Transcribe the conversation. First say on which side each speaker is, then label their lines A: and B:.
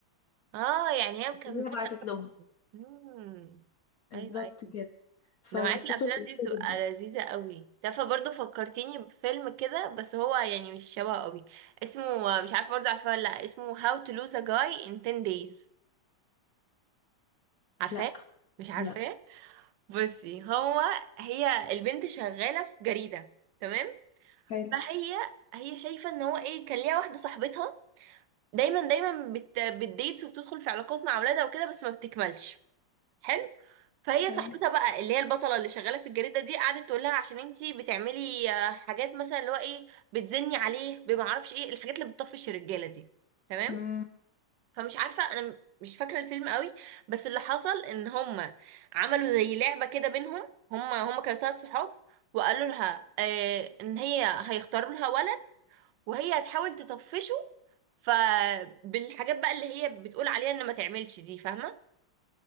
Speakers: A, on the right; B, on the left.
A: اه يعني هي مكمله
B: هي بعتت لهم
A: اصلا امم
B: بالظبط
A: ايوه ايوه
B: كده فقصته
A: نوعية الأفلام
B: لذيذة
A: دي بتبقى
B: جدا
A: لذيذة قوي تعرفي برضه فكرتيني بفيلم كده بس هو يعني مش شبه قوي اسمه مش عارفة برضه عارفاه ولا لأ اسمه How to Lose a Guy in 10 Days عارفاه؟
B: لا
A: مش عارفاه؟
B: لا
A: بصي هو هي البنت شغالة في جريدة تمام؟
B: حلو
A: فهي هي شايفة ان هو ايه كان ليها واحدة صاحبتها دايما دايما بت... بتديتس وبتدخل في علاقات مع اولادها وكده بس ما بتكملش حلو فهي
B: معايا
A: صاحبتها بقى اللي هي البطله اللي شغاله في الجريده دي قعدت تقول لها عشان انتي بتعملي آه، حاجات مثلا اللي هو ايه بتزني عليه بما اعرفش ايه الحاجات اللي بتطفش الرجاله دي تمام
B: امم
A: فمش عارفه انا م- مش فاكره الفيلم قوي بس اللي حصل ان هما عملوا زي لعبه كده بينهم هما هما كانوا ثلاث صحاب وقالوا لها آه ان هي هيختاروا لها ولد وهي هتحاول تطفشه فبالحاجات بقى اللي هي بتقول عليها ان ما تعملش دي فاهمه